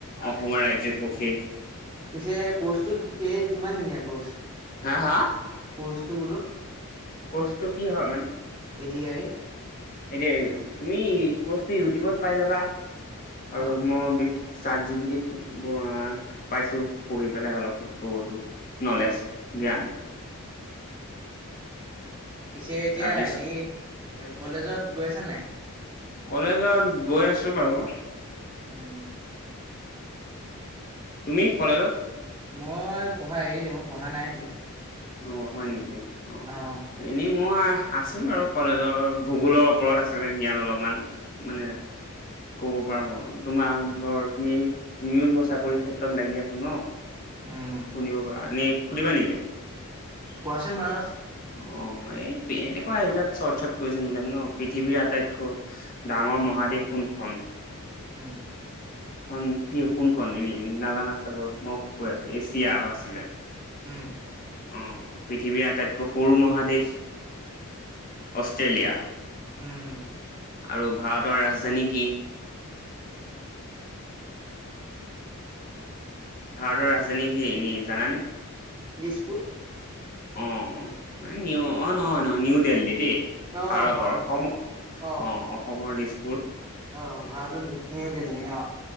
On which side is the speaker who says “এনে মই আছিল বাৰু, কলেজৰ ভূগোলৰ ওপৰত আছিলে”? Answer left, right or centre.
Left